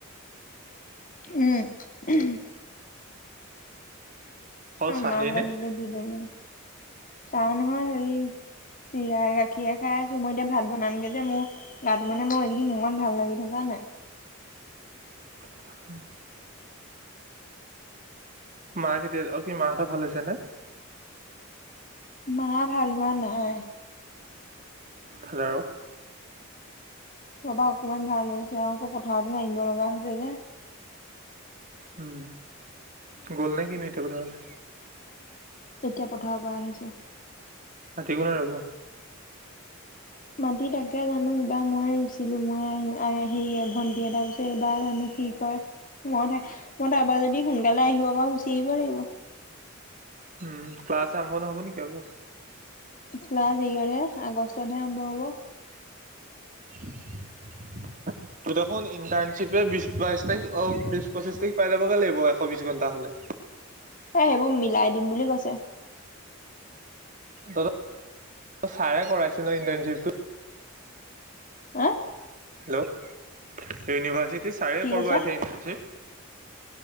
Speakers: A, on the left; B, on the right.
A: উম, উমহ,
B: অকল চাহেই
A: মাহঁতক
B: নে
A: দিলে দিলো মে চাহ নহয় হেৰি চিৰাই গাখীৰে খাই আছো, মই এতিয়া ভাত বনামগে যে মোৰ গাটো মানে মোৰ এখিনি মনত ভাল লাগি থকা নাই।
B: <inaudible> মা কেতিয়া অ' কি মাহঁত ভাল হৈছে নে?
A: মা ভাল হোৱা নাই?
B: ফাদাৰৰ?
A: খবা অকমান ভাল হৈছে আৰু আকৌ পথাৰত মাৰিব লগা হৈছে যে।
B: উম, গ'ল নে কিনো এতিয়াব তেহ'লে?
A: এতিয়া পথাৰৰ পৰা আহিছে।
B: মাটি কোনে ৰুব?
A: মাটতি তাকে জানো এইবাৰ মই ৰুইছিলো মই হেৰি ভণ্টি এটাৰ পিছত এইবাৰ জানো কি ক মই তাৰবাৰ যদি সোনকালে আহিব পাৰো গুচি আহিব লাগিব।
B: উম, ক্লাছ আৰম্ভ নহ'ব নেকি আকৌ?
A: ক্লাছ ইয়ৰহে আগষ্টতহে আৰম্ভ হ'ব।
B: <inaudible> ত' দেখোন ইণ্টাৰ্নশ্বিপে বিশ বাইশ তাৰিখ অ বিশ পঁচিশ তাৰিখ পাই লাবগে লাগিব এশ বিশ ঘণ্টা হ'লে।
A: এ সেইবোৰ মিলাই দিম বুলি কৈছে।
B: তহঁতৰ ছাৰে কৰাইছিল ন ইণ্টাৰণশ্বিপ টো?
A: হা
B: হেল্ল' ইউনিভাৰ্চিটি ছাৰে
A: কি
B: কৰব
A: কৈছ
B: এতিয়া ইণ্টানচিপ?